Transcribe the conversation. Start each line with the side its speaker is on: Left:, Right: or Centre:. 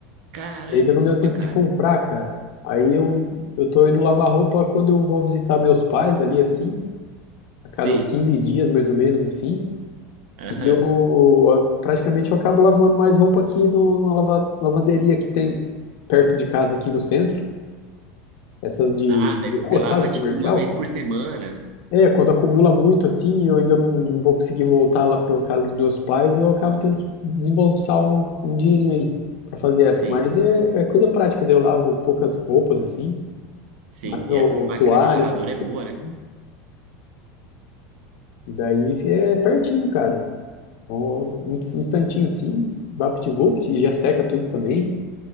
Right: caramba,
Left: E ainda não deu tempo
Right: cara.
Left: de comprar, cara. Aí eu, eu tô indo lavar roupa quando eu vou visitar meus pais ali, assim, a cada
Right: Sim.
Left: uns 15 dias, mais ou menos, assim.
Right: Aham.
Left: E eu ah, praticamente eu acabo lavando mais roupa aqui no- numa lava, lavanderia que tem perto de casa aqui no centro. Essas de,
Right: Ah,
Left: de
Right: daí você
Left: rua,
Right: lava
Left: sabe? Comercial.
Right: tipo uma vez por semana.
Left: É, quando acumula muito, assim, eu ainda não, não vou conseguir voltar lá para casa dos meus pais e eu acabo tendo que desembolsar um, um dinheirinho aí para fazer essa.
Right: Sim,
Left: Mas é, é coisa prática, daí eu lavo poucas roupas, assim.
Right: sim.
Left: mais
Right: E
Left: o
Right: essas máquinas
Left: toalha,
Right: de lavadora
Left: essas coisas
Right: é boa,
Left: assim.
Right: né?
Left: E daí é pertinho, cara. Um, um instantinho assim, vapt-vupt, e já seca tudo também.